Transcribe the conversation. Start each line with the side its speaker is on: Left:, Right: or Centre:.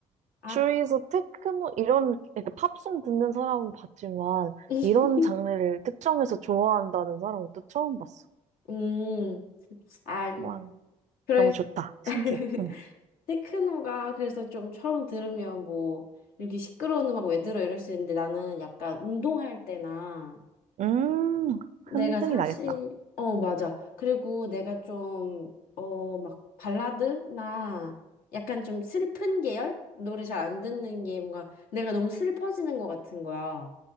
Left: 아,
Right: 주위에서 테크노 이런 그러니까 팝송 듣는 사람은 봤지만
Left: <laughs>
Right: 이런 장르를 특정해서 좋아한다는 사람은 또 처음 봤어.
Left: 음, 아,
Right: 와,
Left: 그럴,
Right: 너무 좋다.
Left: <laughs>
Right: 신기해. 응.
Left: 테크노가 그래서 좀 처음 들으면 뭐 이렇게 시끄러운 음악 왜 들어 이럴 수 있는데 나는 약간 운동할 때나
Right: 음,
Left: 내가
Right: 흥, 흥이
Left: 사실
Right: 나겠다.
Left: 어 맞아 그리고 내가 좀 어 막 발라드나 약간 좀 슬픈 계열 노래 잘 안 듣는 게 뭔가 내가 너무 슬퍼지는 것 같은 거야